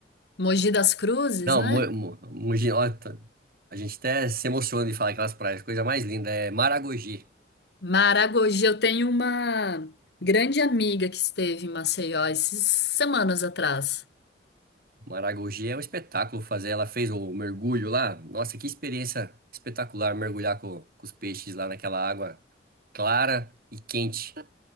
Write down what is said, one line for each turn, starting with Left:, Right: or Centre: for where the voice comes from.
Left: Mogi das Cruzes,
Right: Não,
Left: né?
Right: Mo- Mo- Mogi, ó, tá- a gente até se emociona de falar aquelas praias. Coisa mais linda é Maragogi.
Left: Maragogi, eu tenho uma grande amiga que esteve em Maceió esses semanas atrás.
Right: Maragogi é um espetáculo fazer. Ela fez o mergulho lá. Nossa, que experiência espetacular mergulhar com, com os peixes lá naquela água clara e quente.